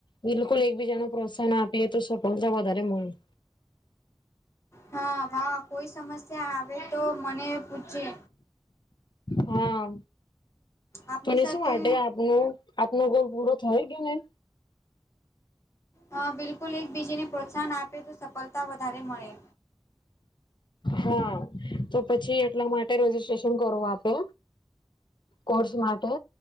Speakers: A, on the left; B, on the left.
A: બિલકુલ એકબીજા નું પ્રોત્સાહન આપીએ તો સફળતા વધારે મળે.
B: હા ભા કોઈ સમસ્યા આવે તો મને પૂછે.
A: હા
B: આપની
A: તને
B: સાથે
A: શું અટે આબૂ. આપનો ગોલ પૂરો થાય કે નહી.
B: હ બિલકુલ એકબીજને પ્રોત્સાહન આપે તો સફળતા વધારે મળે.
A: હા તો પછી એટલા માટે રજીિસ્ટ્રેશન કરવું આપે. કોર્સ માટે